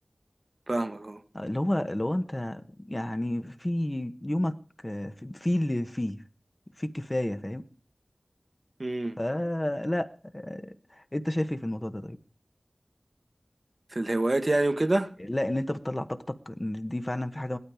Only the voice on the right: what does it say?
فاهمك اه
امم
في الهوايات يعني وكده